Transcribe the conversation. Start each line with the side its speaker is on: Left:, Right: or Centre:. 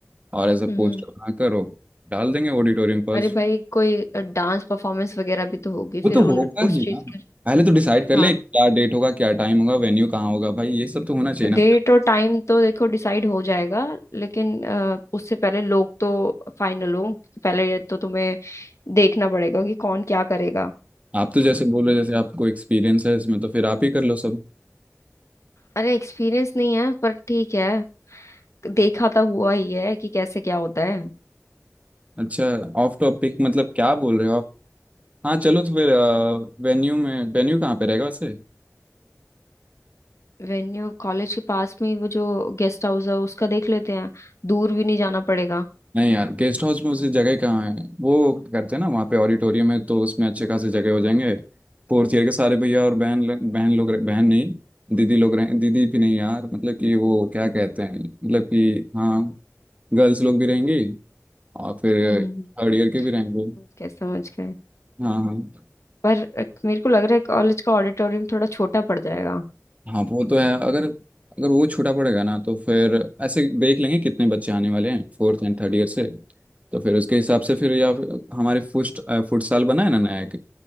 Right: और ऐसे पोस्टर
Left: हम्म
Right: बनाकर वो डाल देंगे ऑडिटोरियम पर
Left: अरे भाई कोई डांस परफॉर्मेंस वगैरह भी तो होगी
Right: वो
Left: फिर
Right: तो
Left: उन
Right: होगा
Left: उस
Right: ही
Left: चीज
Right: ना
Left: के
Right: पहले तो डिसाइड कर लें
Left: हाँ
Right: क्या डेट होगा क्या टाइम होगा वेन्यू कहाँ होगा भाई ये सब तो होना चाहिए
Left: डेट
Right: ना
Left: और टाइम तो देखो डिसाइड हो जाएगा लेकिन अ, उससे पहले लोग तो फाइनल हो पहले तो तुम्हें देखना पड़ेगा कि कौन क्या करेगा
Right: आप तो जैसे बोल रहे हो जैसे आपको एक्सपीरियंस है इसमें तो फिर आप ही कर लो सब
Left: अरे एक्सपीरियंस नहीं है पर ठीक है देखा तो हुआ ही है कि कैसे क्या होता है
Right: अच्छा ऑफ टॉपिक मतलब क्या बोल रहे हो आप हाँ चलो तो फिर वेन्यू में वेन्यू कहाँ पे रहेगा वैसे
Left: वेन्यू कॉलेज के पास में ही वो जो गेस्ट हाउस है उसका देख लेते हैं दूर भी नहीं जाना पड़ेगा
Right: नहीं यार गेस्ट हाउस में उसे जगह कहाँ है वो करते हैं ना वहाँ पे ऑडिटोरियम है तो उसमें अच्छे खासे जगह हो जाएंगे फोर्थ ईयर के सारे भैया और बहन लोग- बहन लोग रह- बहन नहीं दीदी लोग रहे दीदी भी नहीं यार मतलब कि वो क्या कहते हैं मतलब कि हाँ गर्ल्स लोग भी रहेंगी और फिर
Left: हम्म हम्म
Right: थर्ड ईयर के भी रहेंगे
Left: हम्म, क्या समझ गए
Right: हाँ हाँ
Left: पर अ, मेरे को लग रहा है कॉलेज का ऑडिटोरियम थोड़ा छोटा पड़ जाएगा
Right: हाँ वो तो है अगर अगर वो छोटा पड़ेगा ना तो फिर ऐसे देख लेंगे कितने बच्चे आने वाले हैं फोर्थ एंड थर्ड ईयर से तो फिर उसके हिसाब से फिर या फिर हमारे फुट फुटसाल बना है ना नया